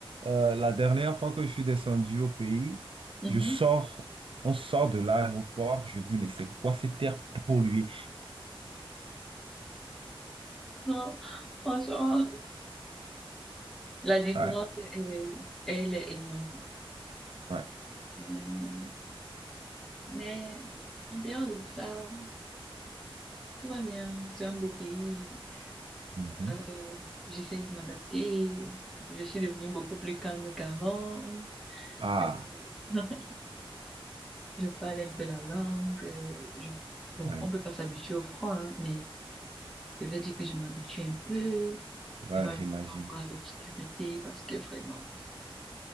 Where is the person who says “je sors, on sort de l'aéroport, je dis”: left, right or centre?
Right